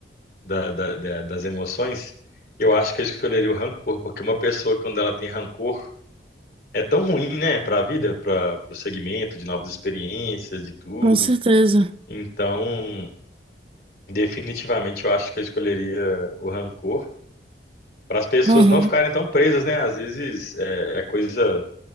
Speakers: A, on the left; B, on the right.
A: da- da- da- das emoções, eu acho que eu escolheria o rancor, porque uma pessoa, quando ela tem rancor, é tão ruim, né, para a vida, para o segmento de novas experiências, de tudo.
B: Com certeza.
A: Então, definitivamente, eu acho que eu escolheria o rancor para as pessoas
B: Uhum.
A: não ficarem tão presas, né? Às vezes é é coisa